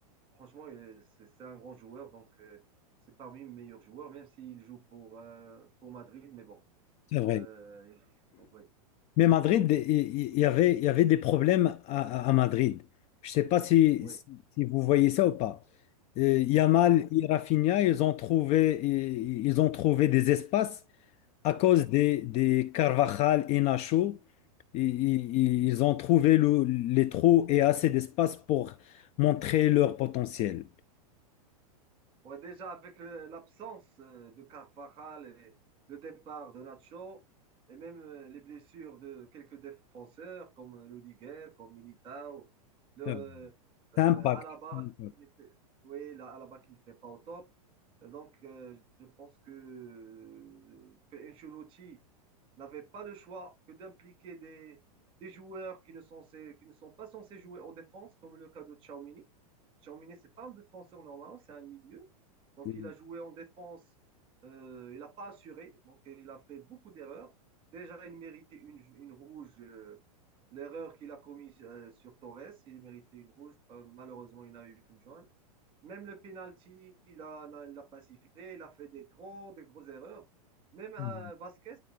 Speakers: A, on the right; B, on the left.
A: franchement, il c'est c'est un grand joueur. Donc, euh, c'est parmi les meilleurs joueurs, même s'il joue pour, euh, pour Madrid. Mais bon,
B: c'est vrai.
A: euh, oui.
B: Mais Madrid, il il- il y avait, il y avait des problèmes à, à- à Madrid. Je ne sais pas si,
A: Oui,
B: si si vous voyez ça ou pas. Euh, Yamal
A: oui,
B: et Rafinha, ils ont trouvé, ils ils ont trouvé des espaces à cause
A: oui.
B: des, des Carvajal et Nacho, i- i- ils ont trouvé le- les trous et assez d'espace pour montrer leur potentiel.
A: Ouais, déjà, avec euh, l'absence euh, de Carvajal et le départ de Nacho, et même euh, les blessures de quelques défenseurs comme euh, Rudiger, comme Militao, le,
B: Euh,
A: euh,
B: Impact.
A: Alaba
B: Impact.
A: qui n'était, oui, la- Alaba qui n'était pas au top. Et donc, euh, je pense que, que Ancelotti n'avait pas le choix que d'impliquer des, des joueurs qui ne sont, censés- qui ne sont pas censés jouer en défense, comme le cas de Tchouaméni. Tchouaméni, c'est pas un défenseur normal, c'est un milieu. Donc,
B: euh,
A: il a joué en défense. euh, il n'a pas assuré. Donc, il a fait beaucoup d'erreurs. Déjà, il méritait une, une rouge. euh, l'erreur qu'il a commise euh, sur Torres, il méritait une rouge. Euh, malheureusement, il n'a eu qu'une jaune. Même le penalty, il n'a a, il l'a pas sifflé. Il a fait des gros, des grosses erreurs. Même euh,
B: euh,
A: Vasquez,